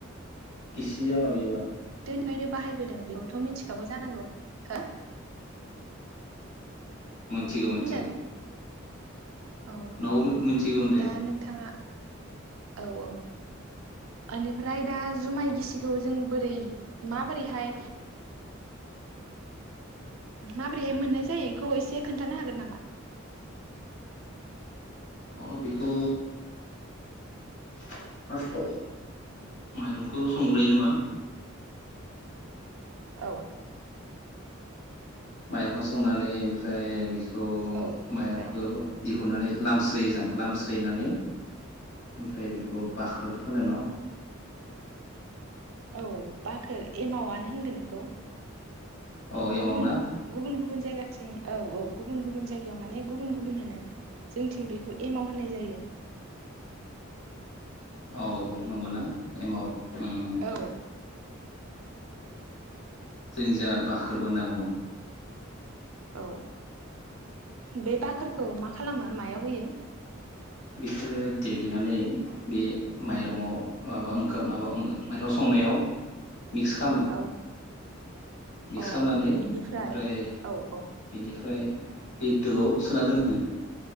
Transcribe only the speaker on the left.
गिसिया माबेबा
मोनथिगो
मोनथिगौ
न' मोनथिगौनो दे।
अ बेखौ फार्स्टआव माइरंखौ संग्रोयो नामा।
माइरंखौ संनानै ओमफ्राय बेखौ थ'
माइरंखौ दिहुन गुनानै लामस्रोयो जों लामस्रोनानै ओमफ्राय बेखौ बाखोर फोनो न'
औ एमाव
ना
औ नंगौना एमाव उम
जोंनि जा बाखोरबो होनना बुङो
बेखौ देग्लिनानै बे माइरंआव माबा ओं माबा माइरं संनायाव मिक्स खालामो
मिक्स
खालामनानै
ओमफ्राय
बेनिफ्राय दोआव सोना दोनो